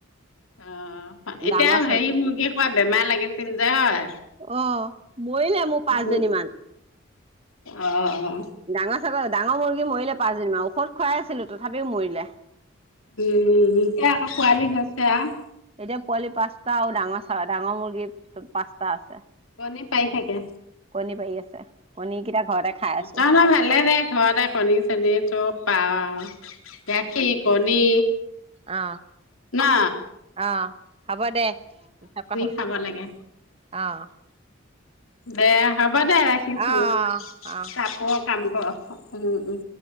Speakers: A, on the left; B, on the right.
A: অ' এতিয়া
B: ডাঙৰ ছ
A: হেৰি মুৰ্গী খোৱা বেমাৰ লাগিছিল যে হয়।
B: অ' মৰিলে মোৰ পাঁচজনী
A: উম
B: মান,
A: অ উম
B: ডাঙৰ চাগৰ ডাঙৰ মুৰ্গী মৰিলে পাঁচজনী মান ঔষধ খুৱাই আছিলো তথাপিও মৰিলে।
A: উম, এতিয়া আকৌ পোৱালি হৈছে আৰু
B: এতিয়া পোৱালি পাঁচটা আৰু ডাঙৰ চৰাই, ডাঙৰ মুৰ্গী পাঁচটা আছে।
A: কণী পাৰি থাকে,
B: কণী পাৰি আছে কণী কেইটা ঘৰতে খাই আছো
A: তহঁতৰ ভালে দে ঘৰতে কণী-চনী চব পা আৰু গাখীৰ, কণী
B: আ
A: না
B: অ হ'ব দে পিছত কথা পাতিম
A: খাব লাগে
B: অ
A: দে হ'ব দে ৰাখিছো
B: অ অ অ
A: চাপৰ কাম ক উম উম